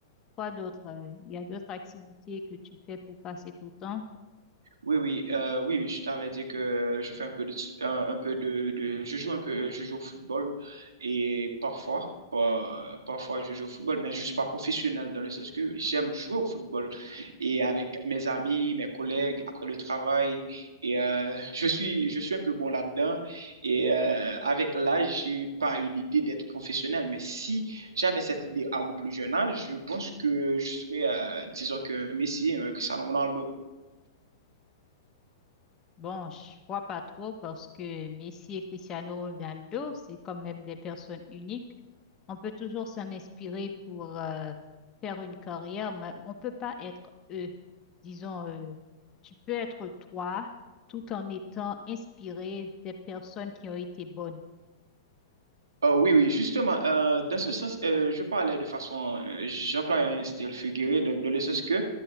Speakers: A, on the left (about 25°); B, on the right (about 75°).
A: quoi d'autre? euh, Il y a d'autres activités que tu fais pour passer ton temps?
B: Oui, oui, euh, oui, je t'avais dit que je fais un peu de, un, un peu de, de, je joue un peu, euh, je joue au football et parfois, par parfois je joue au football, mais je suis pas professionnel dans le sens que j'aime jouer au football et avec mes amis, mes collègues après le travail et euh, je suis, je suis un peu bon là-dedans et euh, avec l'âge, j'ai pas eu l'idée d'être professionnel, mais si j'avais cette idée à mon plus jeune âge, je pense que je serais, euh, disons que Messi, un Cristiano Ronaldo,
A: Bon, je vois pas trop parce que Messi et Cristiano Ronaldo, c'est quand même des personnes uniques. On peut toujours s'en inspirer pour euh, faire une carrière, mais on peut pas être eux. Disons, euh, tu peux être toi tout en étant inspiré des personnes qui ont été bonnes.
B: Oh, oui, oui, justement, euh, dans ce sens, euh, je parlais de façon, euh, j'emploie un style figuré, donc dans le sens que,